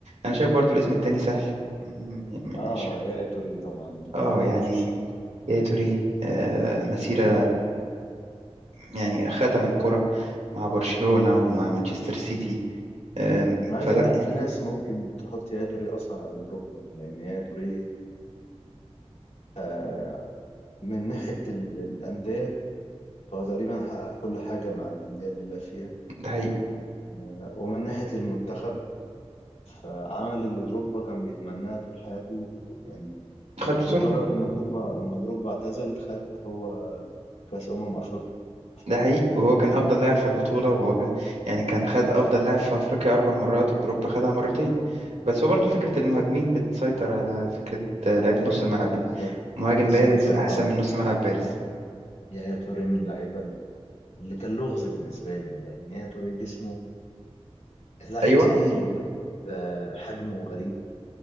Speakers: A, on the right; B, on the left.
A: أنا شايف برضو الاسم التاني سهل م- م-
B: آه
A: مش
B: يا توري طبعا بدون
A: آه
B: نقاش
A: يعني يا توريه آه، مسيرة يعني ختم كرة مع برشلونة ومع مانشستر سيتي آه،
B: أنا عايز
A: فلا
B: أقول لك
A: يعني
B: في ناس ممكن تحط يا توري أصلا قبل دروجبا لأن يا توري آه، من ناحية ال- الأندية فهو تقريبا حقق كل حاجة مع الأندية اللي لعب فيها
A: ده حقيقي
B: ومن ناحية المنتخب فعمل اللي دروجبا كان بيتمناه طول حياته يعني
A: خد بطولة
B: مجرد ما دروجبا ما دروجبا اعتزل خد هو كأس أمم أفريقيا فيعني
A: ده حقيقي وهو كان أفضل لاعب في البطولة وهو كان يعني كان خد أفضل لاعب في أفريقيا أربع مرات ودروجبا خدها مرتين بس هو برضه فكرة المهاجمين بتسيطر على فكرة آه، لعيبة نص الملعب إن
B: بالظبط
A: مهاجم
B: بس
A: بارز
B: انا بصراحه
A: أحسن من نص ملعب بارز
B: يا توريه من اللعيبه اللي كان لغز بالنسبه لي لان يا توريه جسمه لاعب
A: أيوه
B: تقيل ولاعب آه، حجمه غريب